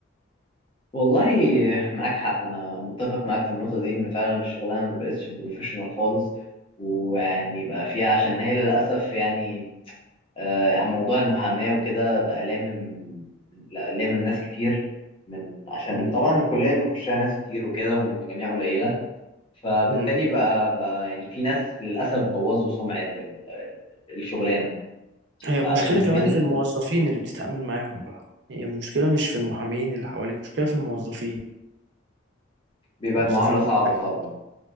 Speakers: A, on the left (about 30°); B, on the right (about 60°).
A: والله معاك حق أنا متفق معاك في النقطة دي إن فعلا الشغلانة مبقتش بروفيشنال خالص ويعني بقى فيها عشان هي للأسف يعني آه، موضوع المحاماة وكده بقى لامم لا- لامم ناس كتير من عشان
B: م-
A: طبعا الكلية بيخشها ناس كتير وكده ومن مجاميع قليلة فبالتالي
B: م.
A: بقى, بقى يعني في ناس للأسف بوظوا سمعة ال- ال- الشغلانة
B: هي المشكلة
A: علشان
B: كمان
A: كده
B: في الموظفين اللي بتتعامل معاهم بقى هي المشكلة مش في المحامين اللي حواليك المشكلة في الموظفين
A: بيبقى
B: موظفين
A: المعاملة صعبة
B: الحاجة
A: طبعا